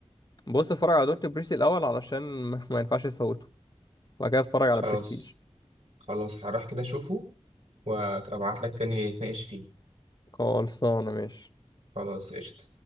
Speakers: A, on the left; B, on the right.
A: بص اتفرج على دونت بريسي الأول علشان ما ما ينفعش تفوته وبعد كده اتفرج
B: خلاص
A: على بريستيج
B: خلاص هروح كده اشوفه وابعت لك تاني نتناقش فيه
A: خلصانة ماشي
B: خلاص قشطة